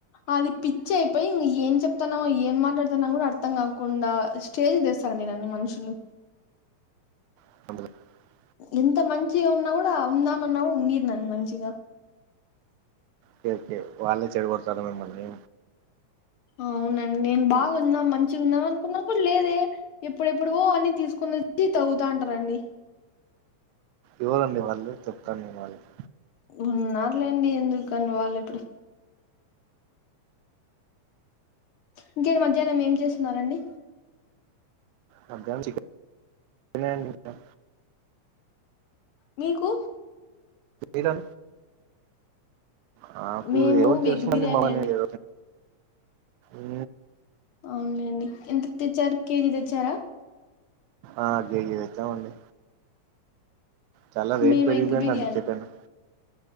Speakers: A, on the left; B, on the right.
A: అది పిచ్చయిపోయి ఇంగా ఏం చెప్తాన్నామో ఏం మాట్లాడుతున్నమో కూడ అర్థం కాకుండా చెయిజ్ చేస్తారండి నన్ని మనుషులు
B: <inaudible>
A: ఎంత మంచిగా ఉన్నా కూడా ఉందామన్నా ఉన్నియర్ నన్ని మంచిగా
B: ఒకె ఒకె వాళ్ళే చెడకొడతార మిమ్మల్ని
A: అవునండి నేను బాగుందా మంచిగా ఉందాం అనుకున్నా కూడా లేదే ఎప్పుడెప్పుడువో అన్ని తీసుకుని వచ్చి తోవ్వుతంటారండి
B: ఎవరండి వాళ్ళు చెప్తాన్ నేన్ వాళ్ళకి
A: ఉన్నార్లేండి ఎందుకని వాళ్ళు ఇప్పుడు ఇంకెనా మధ్యాహ్నం ఏం చేస్తున్నరండి
B: మధ్యాహ్నం చికెన్ ఏ వొండిన అండీ ఇగ
A: మీకు
B: ఇడను నాకు
A: మేము
B: ఎవరు తెలుసు
A: ఎగ్ బిర్యానీ
B: అండి మమ్మల్ని ఊ
A: అవును లెండి ఎంత తెచ్చారు కేజీ తెచ్చారా
B: ఆ కేజీ తెచ్చామండి చాలా రేట్
A: మేము
B: పెరిగిపోయింది
A: ఎగ్ బిర్యానీ
B: అండి చికను